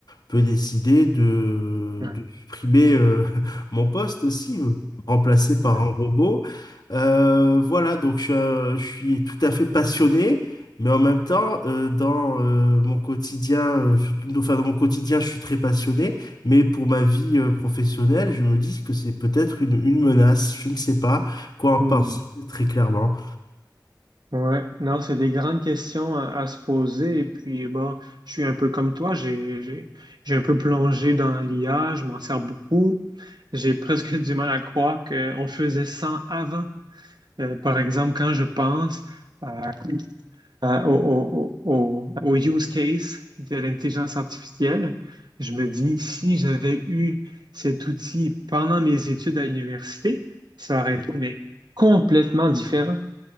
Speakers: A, on the left; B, on the right.
A: peut décider de,
B: Ouais.
A: de supprimer euh, <laughs> mon poste aussi, me remplacer par
B: Ouais.
A: un robot. Euh, voilà, donc je, suis un- je suis tout à fait passionné, mais en même temps, euh, dans euh, mon quotidien, euh, surtout, enfin, dans mon quotidien, je suis très passionné, mais pour ma vie euh, professionnelle, je me dis que c'est peut-être une, une menace. Je ne sais pas quoi en
B: Hmm.
A: penser très clairement.
B: Ouais. non, c'est des grandes questions à, à se poser. Et puis, bon, je suis un peu comme toi, j'ai, j'ai, j'ai un peu plongé dans l'IA, je m'en sers beaucoup. J'ai presque <laughs> du mal à croire qu'on faisait ça avant. Euh, par exemple, quand je pense à euh, au, au- au- au use case de l'intelligence artificielle, je me dis, si j'avais eu cet outil pendant mes études à l'université, ça aurait été mais, complètement différent.